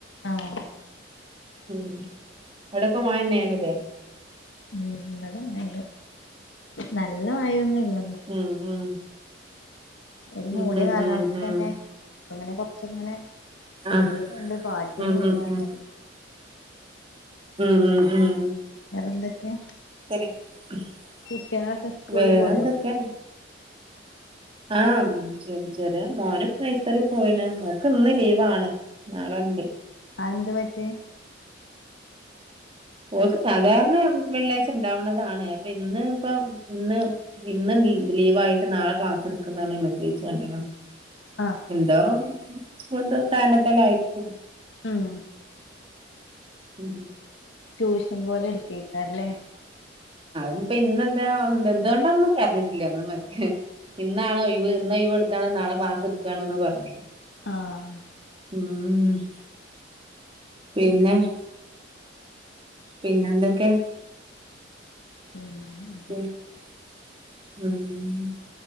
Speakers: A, on the left; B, on the right.
A: ആഹ്
B: ഉം അവിടക്കെ മയന്നെയാന്ന്‌ ല്ലേ
A: ഉടെ മഴ ഉണ്ട് നല്ല മഴൊന്നുംല..
B: ഉം ഉം
A: ഒരു മൂടിയ
B: ഉം ഉം
A: കാലാവസ്ഥ
B: ഉം ഉം
A: ന്നെ. പ്പങ്ങനെ കൊറച്ചങ്ങനെ ചെളിയന
B: ആഹ്
A: ഉണ്ട് പാറ്റണുംണ്ട്
B: ഉം ഉം ഉം
A: <unintelligible>
B: ഉം ഉം ഉം
A: വേറെന്തൊക്കെ
B: എടിവേറേന്തെക്കെ
A: കുട്ട്യാളൊക്കെ സ്കൂളില് പോയോ
B: ആം ചെ ചെറിയെ മോൻ പ്പൊ നൈസറി പോയിണ്. മോക്ക് ഇന്ന് ലീവാണ് നാളണ്ട്
A: ആ എന്ത്, പറ്റി
B: ഓൾക് സാധാരണ വെള്ളിയാഴ്ച ണ്ടാവ്ണതാണ്. അപ്പൊ ഇന്ന് പ്പംന്ന്. ഇന്ന് ലീ ലീവായിട്ട് നാളെ. ക്ലാസ് ടുക്കുന്നാണ് മെസേജ് കണ്ട
A: ആഹ്
B: എന്തോമ്മ് സ്കൂളിന്റെ. കാരണതലായിരിക്കും
A: ഉം
B: ഹ്ഹ്
A: ട്യൂഷൻ പോലെ എടുകേകാരല്ലേ
B: നിപ്പ ഇന്നെന്താ. <unintelligible> <unintelligible> എന്തുണ്ട. ഒന്നും പറഞ്ഞിട്ടില്ല ന്ന്. മറ്റേ <unintelligible> ഇന്നാണോ ഒയിവ് ഇന്ന് ഒയിവോട്ത നാളെ ക്ലാസ് എടുക്കാണ്ന്ന് പറഞ്ഞ്
A: ആഹ്
B: മ്മ് ഹ് പിന്നെ.
A: ഉം
B: ഹേ പിന്നെ എന്താക്കെ
A: പിന്നെ
B: മ്മ്മ്മ്